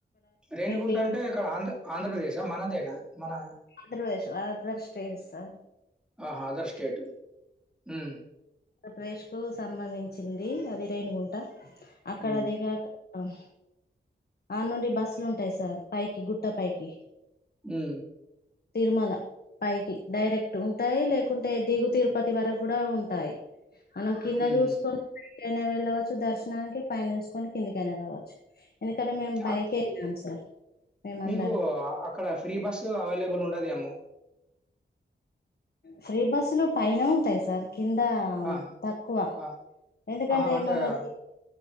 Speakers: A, in the centre; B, on the left (about 55°).
A: రేణిగుంట
B: దిగి
A: అంటే ఇక్కడ ఆంధ్ర ఆంధ్రప్రదేశా మనదేనా మనా
B: ఆంద్రప్రదేశ్ ఆదర్ స్టేట్ సర్
A: ఆహా ఆదర్ స్టేట్ హ్మ్మ్
B: ఆంధ్రప్రదేశ్ కు సంబంధించింది అది రేణుగుంట అక్కడ
A: హ్మ్.
B: దిగాక ఆహా అడ నుండి బస్సులు ఉంటాయి సార్ పైకి గుట్ట పైకి
A: హ్మ్
B: తిరుమల పైకి డైరెక్ట్ ఉంటాయి లేకుంటే దిగు తిరుపతి వరకు గూడా ఉంటాయి మనం కింద
A: హుహు.
B: జూసుకొని పైకి ఏటైనా వెళ్ళవచ్చు దర్శనానికి పైన జూసుకొని కిందికైయినా కావచ్చు ఎందుకరా మేము బైక్
A: అక్
B: ఎళ్ళం సార్ మేమందరం
A: మీకు అక్కడ ఫ్రీ బస్సు అవైలబుల్ ఉండదేమో.
B: ఫ్రీ బస్సులు పైన ఉంటాయి సార్. కింద
A: ఆహా!
B: తక్కువ
A: ఆ!
B: ఎందుకంటే
A: ఆహా! అంటే
B: మనది